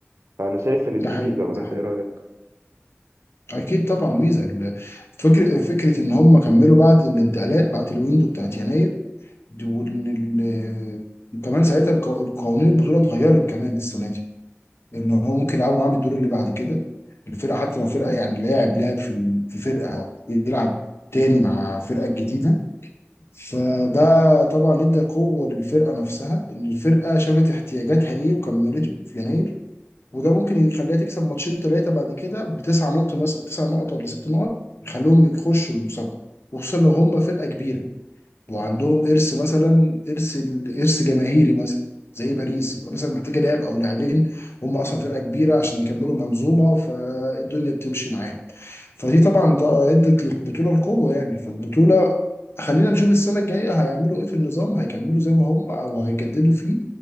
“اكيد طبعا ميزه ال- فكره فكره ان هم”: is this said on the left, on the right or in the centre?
Left